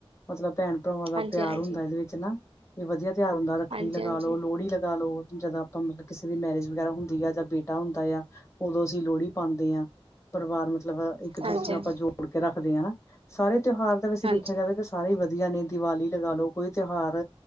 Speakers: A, on the left (about 30°); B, on the right (about 70°).
A: ਮਤਲਬ ਭੈਣ-ਭਰਾਵਾਂ
B: ਹਾਂਜੀ-ਹਾਂਜੀ,
A: ਤਉਰ ਹੁੰਦਾ ਇਹਦੇ ਵਿੱਚ ਨਾ, ਇਹ ਵਧੀਆ ਤਿਉਹਾਰ ਹੁੰਦਾ, ਰੱਖੜੀ
B: ਹਾਂਜੀ-ਹਾਂਜੀ,
A: ਲਗਾ, ਲੋਹੜੀ
B: ਹਾਂਜੀ-ਹਾਂਜੀ,
A: ਲਗਾ ਲੋ ਜਦੋਂ ਆਪਾਂ ਮਤਲਬ ਕਿਸੇ ਦੀ ਮੈਰਿਜ ਵਗੈਰਾ ਹੁੰਦੀ ਆ ਜਾਂ ਬੇਟਾ ਹੁੰਦਾ ਆ, ਉਦੋਂ ਅਸੀਂ ਲੋਹੜੀ ਪਾਉਂਦੇ ਹਾਂ। ਪਰਿਵਾਰ ਮਤਲਬ, ਇੱਕ ਦੂਸਰੇ
B: ਹਾਂਜੀ,
A: ਨੂੰ
B: ਹਾਂਜੀ
A: ਆਪਾਂ ਜੋੜ ਕੇ ਰੱਖਦੇ ਹਾਂ ਨਾ, ਸਾਰੇ ਤਿਉਹਾਰ ਦੇ ਵਿੱਚ
B: ਹਾਂਜੀ
A: ਦੇਖਿਆ ਜਾਵੇ ਤਾਂ ਸਾਰੇ ਵਧੀਆ ਨੇ ਦਿਵਾਲੀ ਲਗਾ ਲੋ, ਕੋਈ ਤਿਉਹਾਰ